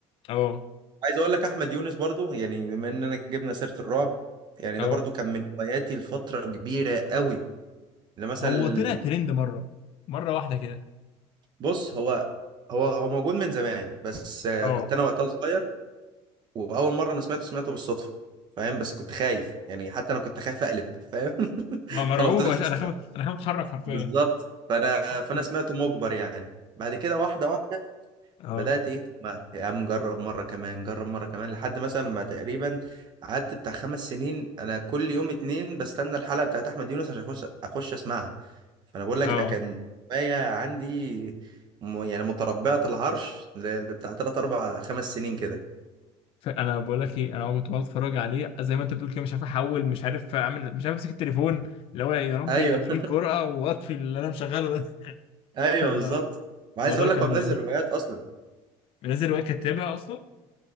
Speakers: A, on the left; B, on the right.
A: أه
B: عايز اقول لك احمد يونس برضو يعني بما اننا جبنا سيره الرعب يعني
A: أه
B: ده برضو كان من هواياتي لفتره كبيره قوي اللي مثلا
A: هو طلع ترند مرة مرة واحدة كده
B: بص هو هو هو موجود من زمان بس آه،
A: أه
B: كنت انا وقتها صغير واول مره انا سمعته سمعته بالصدفه فاهم بس كنت خايف يعني حتى انا كنت خايف اقلب فاهم <laughs>
A: ما مرعوب
B: فانا فضلت
A: يا باشا أنا خايف أنا خايف أتحرك حرفيا
B: بالظبط فانا
A: <laughs>
B: فانا سمعته مجبر يعني بعد كده واحده واحده
A: أه
B: بدأت ايه ما يا عم جرب مرة كمان جرب مرة كمان لحد مثلا ما تقريبا قعدت بتاع خمس سنين انا كل يوم اتنين بستنى الحلقة بتاعت احمد يونس عشان اخش اخش اسمعها فانا بقول لك
A: أه
B: ده كان هواية عندي م- يعني متربعة العرش ل- بتاع تلات اربع خمس سنين كده
A: فانا بقول لك ايه انا كنت بقعد اتفرج عليه زي ما انت بتقول كده مش عارف احول مش عارف اعمل مش عارف امسك التليفون اللي هو يا رب
B: ايوه
A: يعني تجيلي الجرأة واطفي اللي انا مشغله ده
B: <laughs>
A: <laughs>
B: ايوه
A: ده
B: بالظبط وعايز
A: الموضوع
B: اقول
A: كان
B: لك هو منزل
A: جميل
B: روايات اصلا
A: منزل روايه كاتبها اصلا